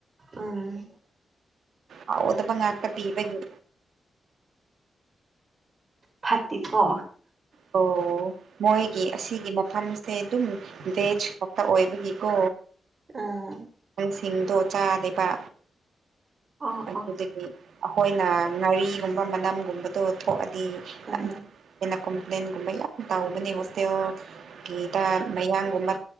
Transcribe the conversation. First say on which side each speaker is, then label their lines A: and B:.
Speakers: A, on the right; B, on the right.
A: ꯎꯝ
B: ꯑ ꯍꯥꯎꯗꯕ ꯉꯥꯛꯇ ꯄꯤꯕꯒꯤ
A: ꯐꯥꯇꯤ ꯀꯣ
B: ꯑꯣ ꯃꯣꯏꯒꯤ ꯑꯁꯤꯒꯤ ꯃꯐꯝꯁꯦ ꯑꯗꯨꯝ ꯚꯦꯖ ꯈꯛꯇ ꯑꯣꯏꯕꯒꯤꯀꯣ
A: ꯑꯥ
B: ꯁꯤꯡꯗꯣ ꯆꯥꯗꯕ
A: ꯑꯣ
B: ꯑꯗꯨꯗꯒꯤ
A: ꯑꯣ
B: ꯑꯩꯈꯣꯏꯅ ꯉꯥꯔꯤꯒꯨꯝꯕ ꯃꯅꯝꯒꯨꯝꯕꯗꯣ ꯊꯣꯛꯑꯗꯤ
A: ꯎꯝ
B: ꯌꯥꯝꯦꯅ ꯍꯣꯂꯦꯟꯒꯨꯝꯕ ꯌꯥꯝ ꯇꯧꯕꯅꯦ ꯍꯣꯁꯇꯦꯜꯒꯤꯗ ꯃꯌꯥꯝꯒꯨꯝꯕ